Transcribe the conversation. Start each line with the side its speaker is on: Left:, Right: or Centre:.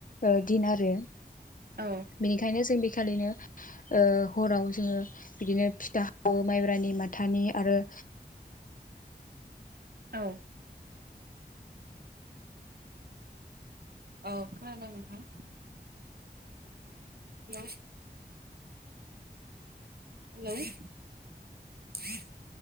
Left: ओ दिन आरो।
Right: औ।
Left: बिनिखायनो जों बेखालिनो ओ हराव जोङो बिदिनो फिथा हावो माइब्रानि माथानि आरो
Right: औ। औ खोनादों नोंथां। Hello hello